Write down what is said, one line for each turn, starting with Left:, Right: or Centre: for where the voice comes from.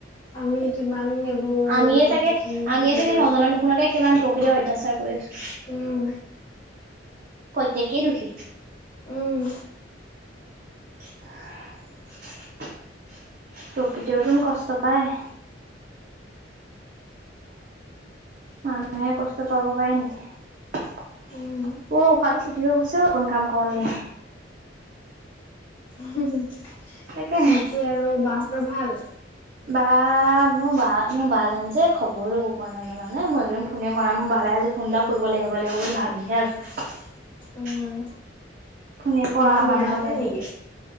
Left: আমি কিমান এইবোৰ
Right: আমিয়ে
Left: গছ
Right: চাগে
Left: গছনি ধ্বংস
Right: আমিয়ে চাগে
Left: কৰিছো।
Right: নজনা নুশুনাকে কিমান অত্যাচাৰ কৰি আছো।
Left: উম,
Right: প্ৰত্যেকেই দোষী।
Left: উম,
Right: <inaudible> প্ৰকৃৃতিওতোন কষ্ট পায়। মানুহে কষ্ট পাব পাৰে নেকি, অ'
Left: উম,
Right: উশাহতো ছুটি হৈ গৈছে অকণ কাম কৰো নে
Left: হুম হুম।
Right: তাকে
Left: বাকী আৰু বা তোৰ ভাল?
Right: বা মোৰ বা মোৰ বাজনীজনী যে খবৰেই লব পৰা নাই জানা নে মই একেইদিন ফোনে কৰা নাই মোৰ বালে আজি ফোন এটা কৰিব লাগিব লাগিব বুলি ভাবিহে আছো।
Left: উম,
Right: ফোনে কৰা
Left: বা
Right: হোৱা
Left: বিয়া
Right: নাই অ'
Left: হ'ল
Right: তাইলৈ।
Left: নেকি?